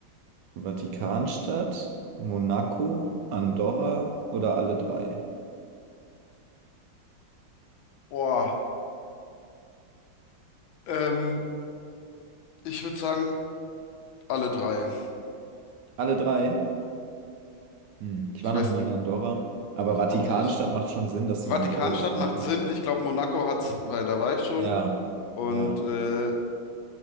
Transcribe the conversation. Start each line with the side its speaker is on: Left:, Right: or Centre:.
Right: Vatikanstadt, Monaco, Andorra oder alle drei?
Left: Boah, ähm, ich würde sagen, alle drei.
Right: Alle drei? Hm, ich
Left: Ich
Right: war
Left: weiß
Right: noch nie in Andorra. Aber Vatikanstadt
Left: auch nicht.
Right: macht schon Sinn, dass
Left: Vatikanstadt
Right: du damit Euro zahlen
Left: macht
Right: kannst.
Left: Sinn. Ich glaube, Monaco hat's, weil da war ich schon.
Right: Ja,
Left: Und,
Right: ja,
Left: äh,